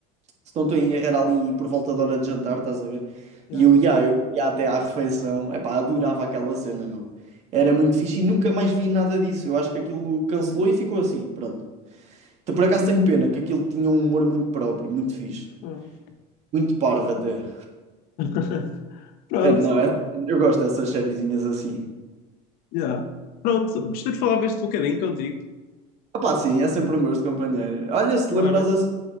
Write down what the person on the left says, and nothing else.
Yeah.
Uhum.
<laughs> Pronto.
Yeah. Pronto. Gostei de falar este bocadinho contigo.
Claro.
é.